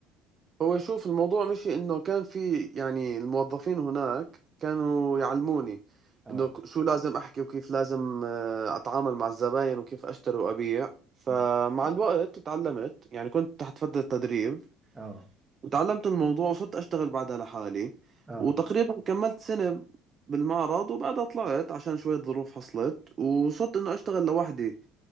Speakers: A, on the right (about 35°); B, on the right (about 20°).
A: هو شوف الموضوع مشي انه كان في يعني الموظفين هناك كانوا يعلموني
B: اه
A: انه ك- شو لازم احكي وكيف لازم آه، اتعامل مع الزباين وكيف اشتري وابيع فمع
B: مم.
A: الوقت تعلمت يعني كنت تحت فترة تدريب
B: اه
A: وتعلمت الموضوع وصرت اشتغل بعدها لحالي
B: اه
A: وتقريبا كملت سنة بالمعرض وبعدها طلعت عشان شوية ظروف حصلت وصرت انه اشتغل لوحدي